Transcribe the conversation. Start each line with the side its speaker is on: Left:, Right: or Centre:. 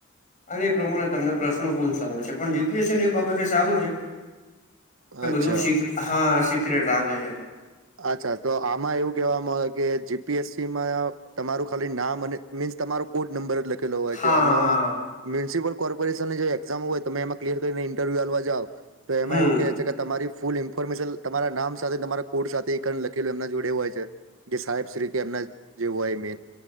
Left: અને એ પ્રમાણે તમને પ્રશ્નો પૂછતા હોય છે પણ જીપીએસ છે ને એ બાબતે સારું છે. કે
Right: અચ્છા
Left: બધું સી હા સિક્રેટ રાખે છે.
Right: અચ્છા તો આમાં એવું કહેવામાં આવે કે જીપીએસસીમાં આ તમારું ખાલી નામ અને મીન્સ તમારું કોડ નંબર જ લખેલો હોય
Left: હા
Right: અને મ્યુનિસિપલ કોર્પોરેશન જે એક્ઝામ હોય તમે એમાં ક્લિયર કરીને ઇન્ટરવ્યુ આલવા જાઓ તો એમાં
Left: હમ
Right: એવું છે કે તમારી ફૂલ ઇન્ફોર્મેશન તમારા નામ સાથે તમાર કોડ સાથે ઈકન લખેલું એમના જોડે હોય છે કે સાહેબ શ્રી કે એમના જે હોય મેન